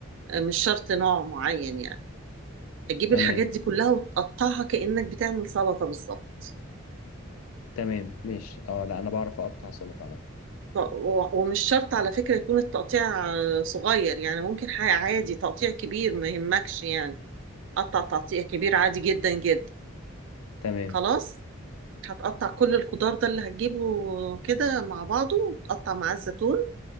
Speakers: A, on the right (about 60°); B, on the left (about 80°).
A: مش شرط نوع معين يعني تجيب
B: تمام
A: الحاجات دي كلها وتقطعها كأنك بتعمل سلطة بالظبط
B: تمام ماشي اه لا انا بعرف اقطع سلطة على فكرة
A: ط- و- ومش شرط على فكرة يكون التقطيع آه، صغير يعني ممكن حاجة عادي تقطيع كبير ما يهمكش يعني قطع تقطيع كبير عادي جدا جدا
B: تمام
A: خلاص هتقطع كل الخضار ده اللي هتجيبه كده مع بعضه وتقطع معاه الزيتون